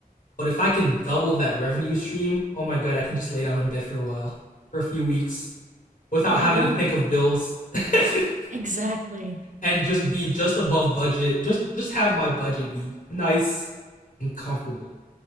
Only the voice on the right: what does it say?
There
you go.
Exactly.